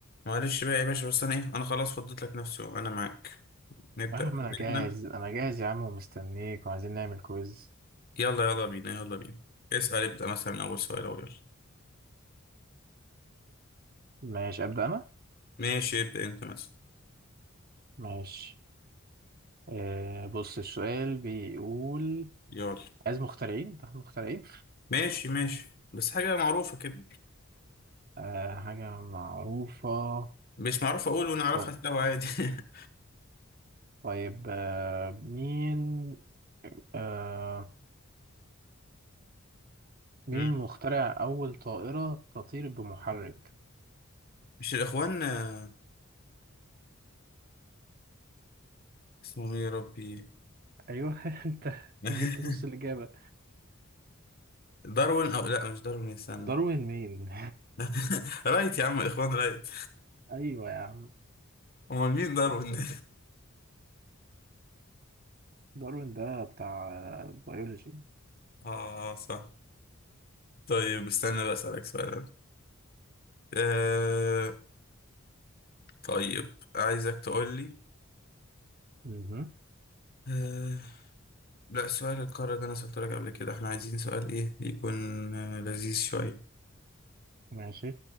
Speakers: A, on the left (about 50°); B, on the right (about 45°).
A: معلش بقى يا باشا بس انا ايه انا خلاص فضيت لك نفسي انا معاك نبدأ
B: يا عم
A: اسئلتنا
B: انا جاهز انا جاهز يا عم ومستنيك وعايزين نعمل كويز
A: يلا يلا بينا يلا بينا اسأل ابدأ مثلا من اول سؤال او يلا
B: ماشي ابدا انا
A: ماشي ابدأ انت مثلا
B: ماشي آه بص السؤال بيقول
A: يلا
B: عايز مخترعين ده مخترعين
A: ماشي ماشي بس حاجة معروفة كده
B: آه حاجة معروفة
A: مش معروفة اقول ونعرفها
B: طيب
A: سوا عادي <laughs>
B: طيب، آه مين آه مين
A: مم.
B: مخترع اول طائرة تطير بمحرك
A: مش الاخوان آه، اسمهم ايه يا ربي
B: ايوه <laughs> انت
A: <laughs>
B: جبت نص الاجابة
A: داروين او لا مش داروين استنى
B: داروين مين
A: <laughs> رايت يا عم الاخوان رايت
B: <laughs> ايوه يا عم
A: <laughs> امال مين داروين ده
B: داروين ده بتاع آه، بيولوجي
A: <laughs> اه صح طيب استنى بقى اسألك سؤال أنا. آه، طيب عايزك تقولي
B: مهم.
A: آه... لا سؤال القارة ده أنا سألته لك قبل كده احنا عايزين سؤال إيه يكون آه، لذيذ شوية
B: ماشي